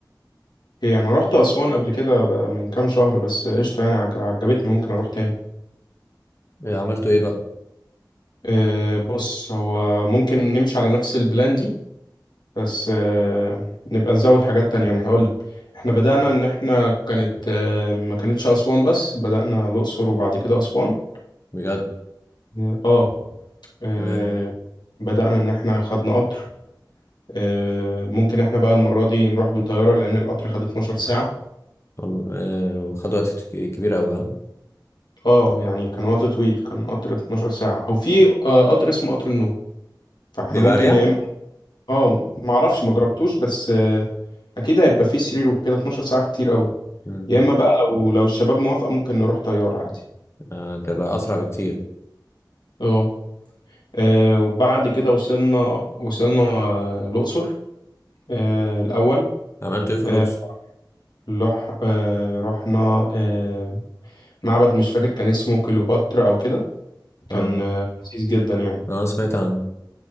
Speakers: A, on the left; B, on the left.
A: ايه انا رحت اسوان قبل كده بقى من كام شهر بس قشطه يعني عج- عجبتني ممكن اروح تاني
B: إيه عملتوا ايه بقى
A: آه، بص هو ممكن نمشي على نفس البلان دي بس آه، نبقى نزود حاجات تانية يعني هقول لك احنا بدأنا ان احنا كانت آه، ما كانتش اسوان بس بدأنا الاقصر وبعد كده اسوان
B: بجد
A: إيه، اه آه،
B: تمام
A: بدأنا إن إحنا خدنا قطر آه، ممكن إحنا بقى المرة دي نروح بالطيارة لأن القطر خد 12 ساعة
B: وال- آه، خد وقت ك- كبير قوي ها
A: آه يعني كان وقت طويل كان قطر 12 ساعة أو في آه، قطر اسمه قطر النوم فإحنا
B: بيبقى
A: ممكن
B: اريح
A: يا إما آه معرفش مجربتوش بس آه، أكيد هيبقى فيه سرير وكده 12 ساعة كتير قوي
B: مم،
A: يا إما بقى لو لو الشباب موافقة ممكن نروح طيارة عادي
B: آه، تبقى اسرع بكتير
A: آه آه، وبعد كده وصلنا وصلنا آه، الأقصر آه، الأول
B: عملتوا ايه في
A: آه،
B: الاقصر
A: لح- آه، رحنا آه، معبد مش فاكر كان اسمه كليوباترا او كده كان
B: اه
A: آه، لذيذ جدا يعني
B: اه سمعت عنه